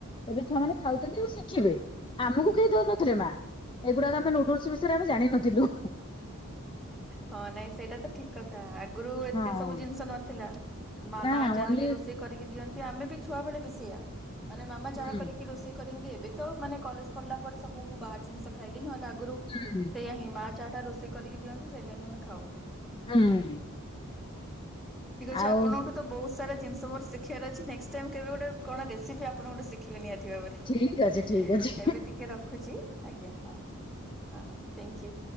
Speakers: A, on the left; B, in the centre.
A: ଏବେ ଛୁଆମାନେ ଖାଉଚନ୍ତି ଉ ଶିଖିବେ। ଆମକୁ କେହି ଦଉନଥିଲେ ମା। ଏଇଗୁଡାକ ଆମେ ନୁଡୁଲସ ବିଷୟରେ ଆମେ ଜାଣିନଥିଲୁ।
B: ହଁ ନାଇଁ ସେଇଟା ତ ଠିକ କଥା। ଆଗରୁ ଏତେ
A: ହଁ
B: ସବୁ ଜିନିଷ ନଥିଲା। ମାମା
A: ନା
B: ଯାହାବି
A: ଓନ୍ଲି
B: ରୋଷେଇ ଦିଅନ୍ତି ଆମେ ବି ଛୁଆ ବେଳେ ବି ସେଇଆ। ମାନେ ମାମା
A: ହୁଁ
B: ଯାହା କରିକି ରୋଷେଇ କରନ୍ତି ଏବେ ତ ମାନେ କଲେଜ ପଢିଲା ପରେ ସବୁ ମୁଁ ବାହାର ଜିନିଷ ଖାଇଲି। ନହେଲେ ଆଗରୁ
A: ହୁଁ।
B: ଏ ଆ ହିଁ ମା ଯହା ଟା ରୋଷେଇ କରିକି ଦିଅନ୍ତି ସେଟା ହିଁ ଆମେ ଖାଉ।
A: ହୁଁ।
B: ଠିକ ଅଛି
A: ଆଉ
B: ଆପଣଙ୍କଠୁ ତ ବହୁତ ସାରା ଜିନିଷ ମୋର ଶଖିବାର ଅଛି। ନେକ୍ସଟ୍ ଟାଇମ୍ କେବେ ଗୋଟେ କଣ ରେସିପି ଆପଣ ସିଖି ଶିଖିବି ନିହାତି ଭାବରେ
A: ଠିକ ଅଛି ଠିକ ଅଛି
B: ଏବେ ଟିକେ ରଖୁଛି ଆଜ୍ଞା ହଁ ହ ହଁ। Thank you.